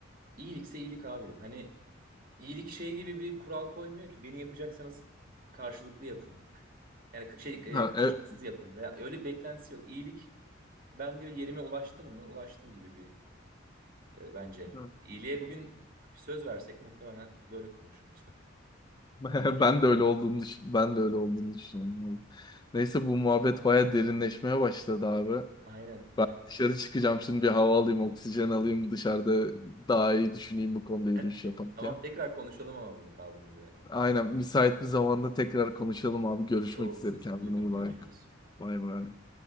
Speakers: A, on the right; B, on the left.
A: iyilikse iyilik abi. Hani iyilik şey gibi bir kural koymuyor ki beni yapacaksanız karşılıklı yapın. Yani ka- şey
B: Ha,
A: e, karşılıksız
B: e-
A: yapın veya öyle bir beklentisi yok. İyilik ben diyor yerime ulaştım mı? Ulaştım gibi bir e, bence.
B: Hı.
A: İyiliğe bugün söz versek muhtemelen böyle konuşurdu <laughs>
B: <laughs>
A: gibi geliyor.
B: Ben de öyle olduğunu düşün- ben de öyle olduğunu düşünüyorum. Neyse bu muhabbet baya derinleşmeye başladı abi.
A: Aynen.
B: Ben dışarı çıkacağım şimdi bir hava alayım, oksijen alayım dışarıda daha iyi düşüneyim bu konuda yürüyüş
A: <laughs>
B: yaparken.
A: Tamam tekrar konuşalım ama bunu kaldığımız yerden.
B: Aynen müsait bir zamanda tekrar konuşalım abi. Görüşmek
A: İyi oldu
B: üzere
A: sesini
B: kendine
A: duydum.
B: iyi
A: Görüşürüz.
B: bak. Bay bay.